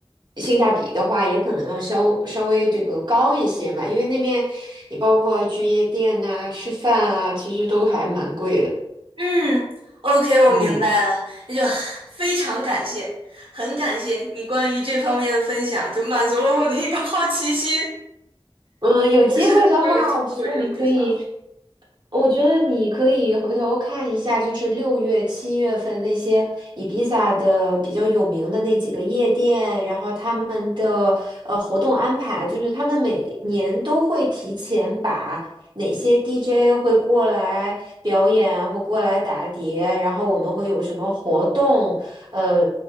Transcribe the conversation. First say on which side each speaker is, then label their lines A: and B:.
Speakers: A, on the right; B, on the right.
A: 性价比的话，也可能要稍稍微这个高一些嘛，因为那面你包括去夜店呐、吃饭啊，其实都还蛮贵的。
B: 嗯，OK，我明白了，
A: 嗯
B: 那就非常感谢，很感谢你关于这方面的分享，就满足了我的一个好奇心。
A: 嗯，有机会的话，
B: 我实在是没有去过这种地方。
A: 我觉得你可以。我觉得你可以回头看一下，就是六月、七月份那些伊比萨的比较有名的那几个夜店，然后他们的呃活动安排，就是他们每年都会提前把哪些 DJ 会过来表演或过来打碟，然后我们会有什么活动，呃，